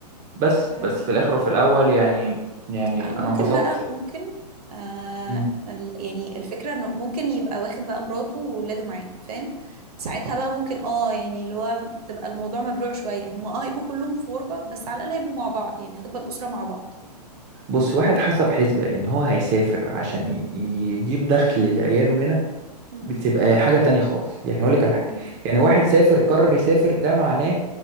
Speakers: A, on the right; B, on the right.
A: بس
B: يا
A: بس
B: رب
A: في الاخر وفي الاول يعني يعني
B: آه
A: انا
B: ممكن
A: انبسطت
B: بقى ممكن آه
A: مم.
B: ال- يعني الفكرة انه ممكن يبقى واخد بقى مراته وولاده معاه فاهم ساعتها بقى ممكن اه يعني اللي هو تبقى الموضوع مبلوع شوية هم اه هيبقوا كلهم في غربة بس على الأقل هيبقوا مع بعض يعني هتبقى الأسرة مع بعض
A: بص واحد حسب حسبة ان هو هيسافر عشان ي- يجيب دخل لعياله هنا
B: مم.
A: بتبقى حاجة تانية خالص يعني هقول لك على حاجة
B: مم.
A: يعني واحد سافر قرر يسافر ده معناه